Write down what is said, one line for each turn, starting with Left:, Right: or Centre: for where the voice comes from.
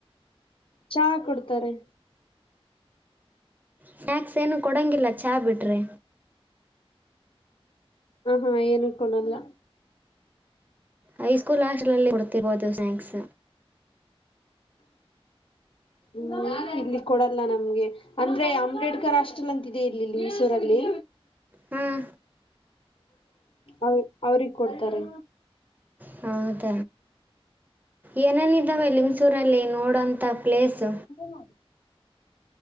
Left: ಚಾ ಕೊಡ್ತಾರೆ.
Right: ಸ್ನ್ಯಾಕ್ಸ್ ಏನು ಕೊಡಂಗಿಲ್ಲ ಚಾ ಬಿಟ್ರೆ.
Left: ಹ ಹಾ ಏನು ಕೊಡಲ್ಲ
Right: ಹೈಸ್ಕೂಲ್ ಹಾಸ್ಟ್ಲ್ ಅಲ್ಲಿ ಕೊಡ್ತಿರ್ಬೋದು ಸ್ನಾಕ್ಸ್
Left: ಹ್ಮ ಇಲ್ಲಿ ಕೊಡಲ್ಲ ನಮ್ಗೆ ಅಂದ್ರೆ ಅಂಬೇಡ್ಕರ್ ಹಸ್ಟೆಲ್ ಅಂತಿದೆ ಇಲ್ಲಿ ಮೈಸೂರಲ್ಲಿ
Right: ಹಾಂ
Left: ಅವ ಅವ್ರಿಗೆ ಕೊಡ್ತಾರೆ
Right: ಹೌದ ಏನೇನ ಇದಾವೆ ಲಿಂಗಸೂರಲ್ಲಿ ನೋಡೋಂತ ಪ್ಲೇಸ್?
Left: ಹ <unintelligible> <unintelligible>